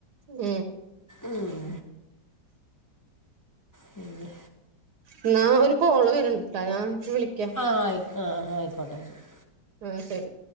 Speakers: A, on the right; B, on the left.
A: ഉം
B: ഉം പിന്നെ
A: എന്നാ ഒരു കോള് വരണ്ട്ട്ടോ, ഞാൻ വിളിക്കാ.
B: ആഹ് ആയി ആഹ് ആഹ് ആയിക്കോട്ടെ ശരി.
A: ഉം ശരി.